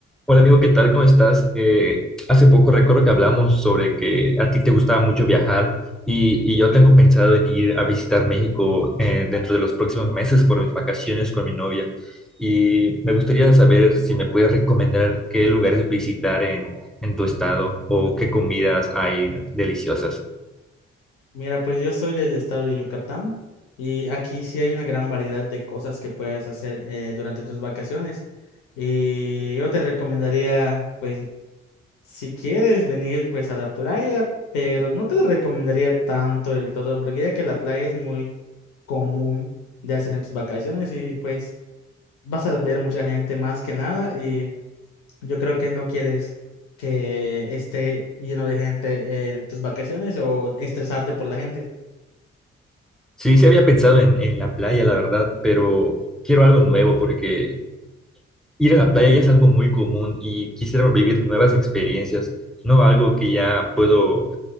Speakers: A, in the centre; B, on the left.
A: Hola amigo, ¿qué tal? ¿Cómo estás? Eh, hace poco recuerdo que hablamos sobre que a ti te gustaba mucho viajar y, y yo tengo pensado en ir a visitar México eh, dentro de los próximos meses por mis vacaciones con mi novia y me gustaría saber si me puedes recomendar qué lugares visitar en, en tu estado o qué comidas hay deliciosas.
B: Mira, pues yo soy del estado de Yucatán y aquí sí hay una gran variedad de cosas que puedes hacer eh, durante tus vacaciones. Y yo te recomendaría, pues, si quieres venir pues a la playa, pero no te lo recomendaría tanto del todo, porque ya que la playa es muy común de hacer en tus vacaciones y pues vas a ver mucha gente más que nada y yo creo que no quieres que esté lleno de gente en tus vacaciones o estresarte por la gente.
A: Sí, sí había pensado en, en la playa, la verdad, pero quiero algo nuevo porque Ir a la playa ya es algo muy común y quisiera vivir nuevas experiencias, no algo que ya puedo,